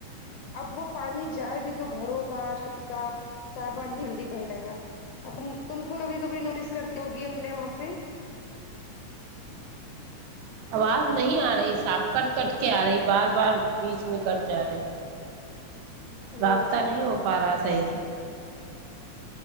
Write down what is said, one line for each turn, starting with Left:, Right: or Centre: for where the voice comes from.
Left: اب وہ پانی جائے بھی تو گھروں کا چھت کا صا پانی مل بہ جائے گا اب تم کو کبھی کبھی نوٹس کرتی ہوگی اپنے وہاں پہ <inaudible>
Right: آواز نہیں آ رہی صاف کٹ کٹ کے آ رہی بار بار بیچ میں کٹ جا رہی
Left: ارے
Right: رابطہ
Left: یار
Right: نہیں ہو پا رہا صحیح سے